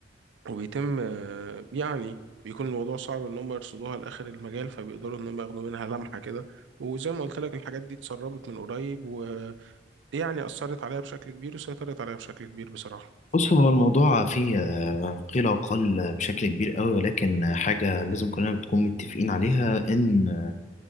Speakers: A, on the right (about 75°); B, on the left (about 40°).
A: وبيتم آه، يعني بيكون الموضوع صعب إن هم يرصدوها لآخر المجال فبيقدروا إن هم ياخدوا منها لمحة كده وزي ما قلت لك الحاجات دي اتسربت من قريب يعني أثرت عليا بشكل كبير وسيطرت عليا بشكل كبير بصراحة
B: بص هو الموضوع فيه آه، قيل وقال بشكل كبير قوي ولكن حاجة لازم كلنا بتكون متفقين عليها ان آه،